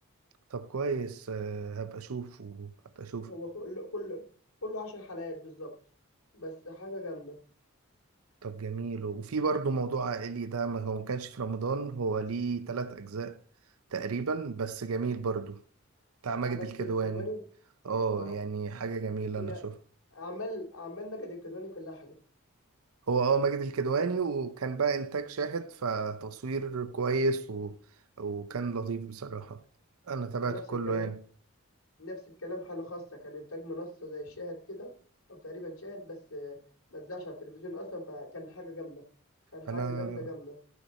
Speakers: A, on the right; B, on the left.
A: طب كويس آه، هبقى اشوفه هبقى اشوفه
B: هو كله كله كله عشر حلقات بالظبط بس حاجة جامدة
A: طب جميل وفي برضه موضوع عائلي ده ما هو ما كانش في رمضان هو ليه تلات اجزاء تقريبا بس جميل برضو بتاع ماجد
B: بتاع ماجد
A: الكدواني
B: الكدواني
A: اه
B: اه
A: يعني حاجة جميلة
B: هي
A: أنا شوف
B: أعمال أعمال ماجد الكدواني كلها حلوة
A: هو اه ماجد الكدواني وكان بقى إنتاج شاهد فتصوير كويس و... وكان لطيف بصراحة أنا تابعت
B: ما نفس
A: كله
B: الكلام
A: يعني
B: نفس الكلام حالة خاصة كان إنتاج منصة زي شاهد كده أو تقريبا شاهد بس آه، ما اتذاعش على التلفزيون أصلا فكان حاجة جامدة كان حاجة
A: أنا
B: جامدة جامدة